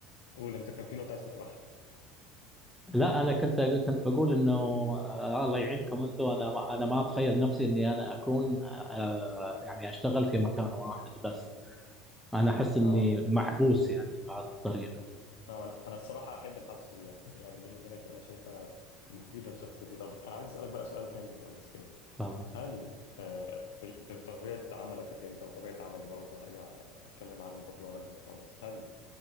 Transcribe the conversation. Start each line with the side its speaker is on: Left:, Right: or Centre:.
Left: قول أنت كان في نقطة عايز تطرحها
Centre: لا انا كنت كنت بقول انه آه الله يعينكم انتم انا ما- انا ما اتخيل نفسي اني انا اكون آه آه، يعني اشتغل في مكان واحد بس انا احس اني
Left: أه
Centre: محبوس يعني بهذه الطريقه
Left: آه، انا الصراحه احب الحبس دي يعني <laughs> يعني بيني وبينك انا شايفها مفيده لشخصيتي طب انا عايز اسالك بقى سؤال تاني خالص كده
Centre: فاهمة؟
Left: هل آه، في في طبيعه عملك انت وطبيعه عملي برضه هرجع اتكلم عنه برضه بعد ما تتخلص هل